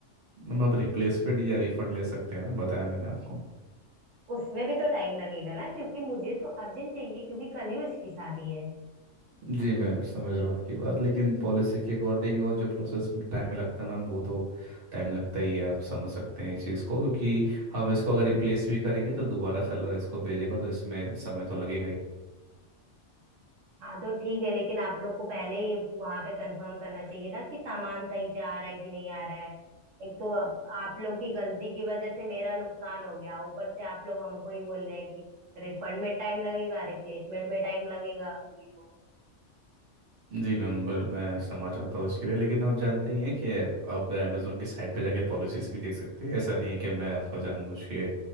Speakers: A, on the right; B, on the right.
A: मैम आप रिप्लेसमेंट या रिफंड ले सकते हैं ना बताया मैंने आपको
B: उसमें भी तो टाइम लगेगा ना क्योंकि मुझे तो अर्जेंट चाहिए क्योंकि कल ही उसकी शादी है
A: जी मैं समझ रहा हूँ आपकी बात लेकिन पॉलिसी के अकॉर्डिंग और जो प्रोसेस टाइम में लगता है मैम वो तो टाइम लगता ही है आप समझ सकते हैं इस चीज़ को क्योंकि हम इसको अगर रिप्लेस भी करेंगे तो दोबारा सेलर इसको भेजेगा तो इसमें समय तो लगेगा ही
B: हाँ तो ठीक है लेकिन आप लोग को पहले ही वहां पे कंफर्म करना चाहिए ना कि सामान सही से आ रहा है कि नहीं आ रहा है एक तो आप, आप लोग की गलती की वजह से मेरा नुकसान हो गया ऊपर से आप लोग हमको ही बोल रहे हैं कि रिफंड में टाइम लगेगा रिप्लेसमेंट में टाइम लगेगा ये वो
A: जी मैम ब- मैं क्षमा चाहता हूँ उसके लिए लेकिन आप जानते ही हैं कि आप अमेजोन की साइट पे जाके पॉलिसीज भी देख सकते हैं ऐसा नहीं है कि मैं आपका जानबूझ के